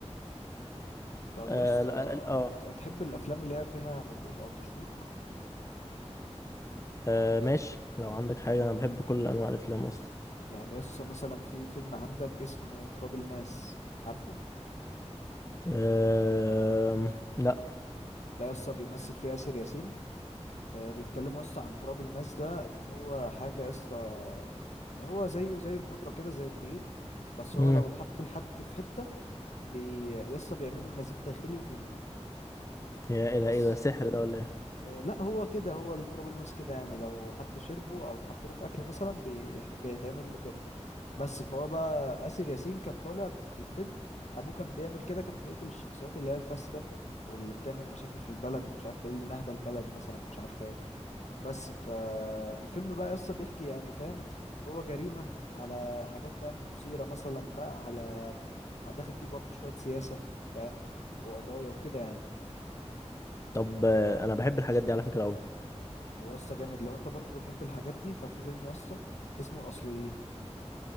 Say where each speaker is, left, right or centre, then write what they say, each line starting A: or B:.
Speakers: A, on the left; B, on the left.
A: طب
B: آه
A: يا اسطى
B: لا لا لا، آه,
A: انت بتحب الافلام اللي هي فيها غموض او تشويق
B: آه ماشي لو عندك حاجة أنا بحب كل أنواع الأفلام أصلا
A: يعني يسطا مثلا في فيلم عندك اسمه تراب الماس عارفه
B: آه لا
A: ده يسطا بيمثل فيه آسر ياسين آه بيتكلموا يسطا عن تراب الماس ده ان هو حاجة يسطا هو زيه زي البودرة كده زي الدقيق بس هو
B: مم.
A: لو اتحط لحد في حتة بي يسطا بيعمله نزيف داخلي وبيموت
B: يا
A: بس
B: إيه ده إيه ده سحر ده ولا إيه
A: آه لا هو كده هو التراب الماس كده يعني لو حد شربه او اتحط له في اكل مثلا بي... بيتعمل له كده بس فهو بقى آسر ياسين كان طالع في الفيلم ابوه كان بيعمل كده كان بيقتل الشخصيات اللي هي الفاسدة واللي بتعمل مشاكل في البلد ومش عارف ايه اللي نهبة البلد مثلا مش عارف ايه بس فالفيلم بقى يسطا بيحكي يعني فاهم هو جريمة على حاجات فاهم مثيرة مثلا بقى على داخل فيه برضه شوية سياسة فاهم وقضايا وكده يعني
B: طب آه أنا بحب الحاجات دي على فكرة أوي
A: هو يسطا جامد لو انت برضه بتحب الحاجات دي ففي فيلم يسطا اسمه الأصليين